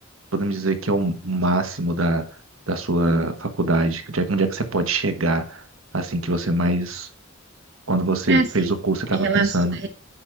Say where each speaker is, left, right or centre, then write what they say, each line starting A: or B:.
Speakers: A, on the right (about 80°); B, on the right (about 55°).
A: podemos dizer que é o máximo da, da sua faculdade? Onde é, onde é que você pode chegar, assim, que você mais Quando você
B: É assim,
A: fez o curso, você estava
B: relaço-
A: pensando